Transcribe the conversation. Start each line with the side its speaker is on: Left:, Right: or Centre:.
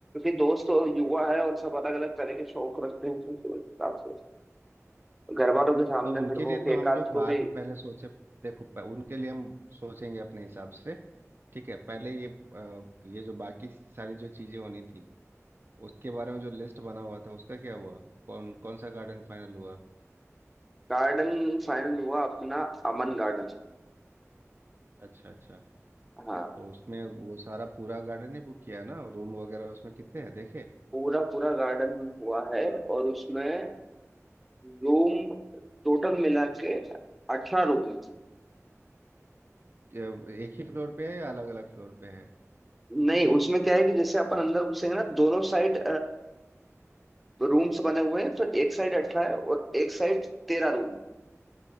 Centre: दोस्त तो युवा है और सब अलग अलग तरह के शौक रखते हैं तो उस हिसाब से घर वालों के सामने
Right: तो उनके
Centre: फिर वो
Right: लिए तो
Centre: एक
Right: हम
Centre: आध
Right: लोग
Centre: को
Right: बाद
Centre: भी
Right: में पहले सोचे देखो प- उनके लिए हम सोचेंगे अपने हिसाब से ठीक है पहले ये अ, ये जो बाकी सारी जो चीज़ें होनी थी उसके बारे में जो लिस्ट बना हुआ था उसका क्या हुआ कौन कौन सा गार्डन फाइनल हुआ
Centre: गार्डन फाइनल हुआ अपना अमन गार्डन
Right: अच्छा अच्छा
Centre: हाँ
Right: तो उसमें वो सारा पूरा गार्डन ही बुक किया ना रूम वगैरह उसमें कितने हैं देखे
Centre: पूरा पूरा गार्डन हुआ है और उसमें रूम टोटल मिला के अठारह रूम है
Right: क्या- एक ही फ्लोर पे है या अलग अलग फ्लोर पे है
Centre: नहीं उसमें क्या है कि जैसे अपन अंदर घुसेंगे ना दोनों साइड रूम्स बने हुए हैं तो एक साइड अठारह है और एक साइड तेरह रूम